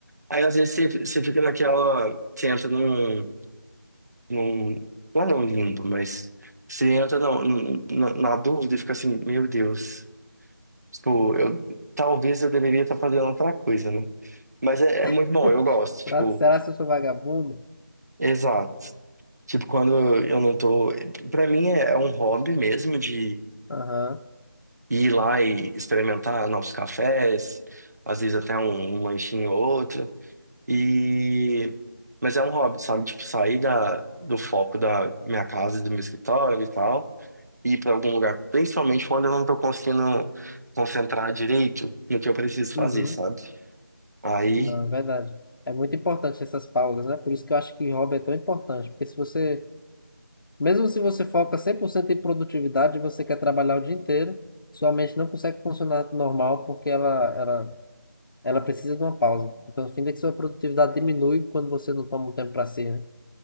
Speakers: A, on the right; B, on the left.
A: Aí, às vezes, você, você fica naquela. Você entra num, num. Não é não limbo, mas. Você entra na, na, na dúvida e fica assim: meu Deus. Tipo, eu, talvez eu deveria estar fazendo outra coisa, né? Mas é, é muito
B: <laughs>
A: bom, eu gosto.
B: Pra-
A: Tipo,
B: Será que eu sou vagabundo?
A: exato. Tipo, quando eu não tô. Pra mim é, é um hobby mesmo de
B: Aham.
A: ir lá e experimentar novos cafés, às vezes até um, um lanchinho ou outro. E mas é um hobby, sabe? Tipo, sair da, do foco da minha casa, e do meu escritório e tal, e ir para algum lugar, principalmente quando eu não tô conseguindo concentrar direito no que eu preciso fazer,
B: Uhum.
A: sabe? Aí
B: Não, é verdade. É muito importante essas pausas, né? Por isso que eu acho que hobby é tão importante. Porque se você, mesmo se você foca 100% em produtividade, e você quer trabalhar o dia inteiro, sua mente não consegue funcionar normal porque ela, ela, ela precisa de uma pausa. Então, no fim, é que sua produtividade diminui quando você não toma um tempo para si, né?